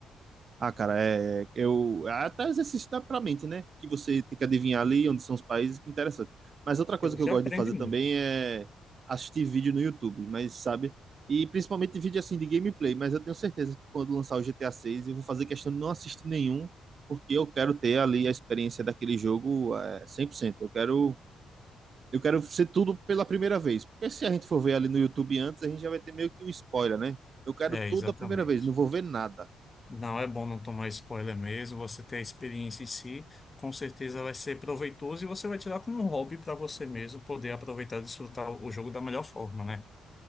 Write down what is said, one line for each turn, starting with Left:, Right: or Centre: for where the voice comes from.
Right: Ah, cara, é, eu até exercício dá pra mente, né? Que você tem que adivinhar ali onde são os países, que é interessante. Mas outra coisa
Left: que você
Right: que eu gosto
Left: aprende
Right: de fazer
Left: muito.
Right: também é assistir vídeo no YouTube, mas sabe? E principalmente vídeo assim de gameplay, mas eu tenho certeza que quando lançar o GTA 6 eu vou fazer questão de não assistir nenhum, porque eu quero ter ali a experiência daquele jogo é, 100%. Eu quero eu quero ser tudo pela primeira vez, porque se a gente for ver ali no YouTube antes, a gente já vai ter meio que um spoiler, né? Eu quero
Left: É, exatamente.
Right: tudo a primeira vez, não vou ver nada.
Left: Não é bom não tomar spoiler mesmo, você ter a experiência em si, com certeza vai ser proveitoso e você vai tirar como um hobby para você mesmo poder aproveitar e desfrutar o jogo da melhor forma, né?